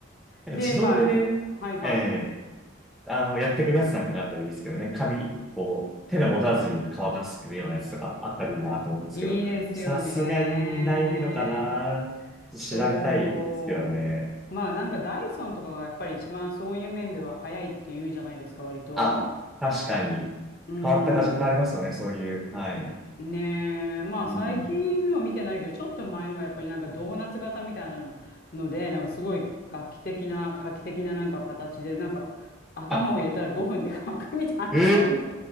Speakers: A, in the centre; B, on the left (about 50°).
A: なんか自動でね、
B: で、まあ、はいはい。
A: ええあの、やってくるやつなんかがあったりですけどね、髪を手で持たずに乾かしてくれるようなやつとかあったらいいなと思うんですけど、
B: いいですよね。
A: さすがにないのかな調べたいですけどね。
B: そう。まあなんかダイソンとかがやっぱり一番そういう面では早いって言うじゃないですか、割と。
A: あ、確かに、
B: うん。
A: 変わったガジェットありますよね、そういう。はい。
B: ねえ。まあ最近のは見てないけど、
A: うん。
B: ちょっと前のはやっぱりなんかドーナツ型みたいなのので、なんかすごい画期的な、画期的ななんか形で、なんか頭を入れたら5分で乾くみたいな、
A: あ、え
B: そういう。